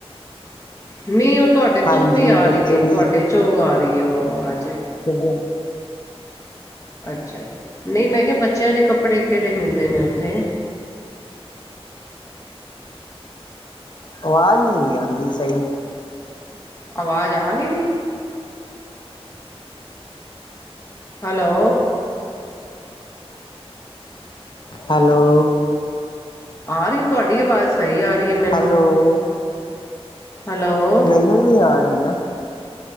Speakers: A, on the left; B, on the left.
A: ਨਹੀਂ ਉਹ ਤੁਹਾਡੇ
B: ਹਾਂਜੀ
A: ਤੋਂ ਵੀ ਆ
B: ਬੱਚੇ
A: ਰਹੀ ਏ
B: ਵੀ
A: ਤੁਹਾਡੇ ਚੌ ਆ ਰਹੀ ਹੈ ਉਹ ਆਵਾਜ਼।
B: ਫਿਰ
A: ਅੱਛਾ ਨਹੀਂ ਮੈਂ ਕਿਹਾ, ਬੱਚਿਆਂ ਦੇ ਕੱਪੜੇ ਕਿਹੜੇ ਮਿਲਦੇ ਨੇ ਉੱਥੇ।
B: ਆਵਾਜ਼ ਨਹੀਂ ਆਾਂਦੀ ਸਹੀ।
A: ਆਵਾਜ਼ ਆ ਨਹੀਂ ਰਹੀ। ਹੈਲੋ।
B: ਹੈਲੋ।
A: ਆ ਰਹੀ। ਤੁਹਾਡੀ ਆਵਾਜ਼ ਸਹੀ ਆ ਰਹੀ ਏ ਮੈਨੂੰ।
B: Hello
A: hello.
B: ਮੈਨੂੰ ਨੀ ਆ ਰਹੀ ਨਾ।